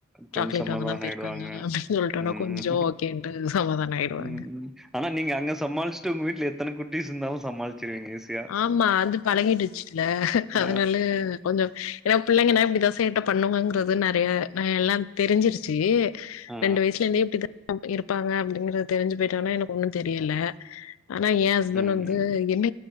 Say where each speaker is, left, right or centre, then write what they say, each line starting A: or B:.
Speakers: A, in the centre; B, on the left.
A: கொஞ்சம்
B: சாக்லேட்
A: சமாதானம்
B: வாங்கதான் போயிருக்காங்க
A: ஆயிடுவாங்க.
B: அப்டின்னு சொல்லிட்டோனா
A: ம்.
B: கொஞ்சோ கேட்டு சமாதானம் ஆயிடுவாங்க
A: ம் ம் ஆனா நீங்க அங்க சமாளிச்ட்டு உங்க வீட்ல எத்தன குட்டிஸ் இருந்தாலு சமாளிச்சிருவீங்க ஈஸ்
B: ஆமா அது பழகிடுச்சுல
A: ஆ
B: அதனால கொஞ்சொ ஏன்னா பிள்ளைங்கனா இப்டிதான் சேட்ட பண்ணுங்கறது நெறைய நான் எல்லா தெரிஞ்சிருச்சு
A: ஆ
B: ரெண்டு வயசுல இருந்தே இப்டி தான் இருப்பாங்க அப்டிங்கறத தெரிஞ்சு போயிட்டோனா எனக்கு ஒன்னு தெரியல ஆனா என் ஹஸ்பண்ட்
A: ம்.
B: வந்து என்ன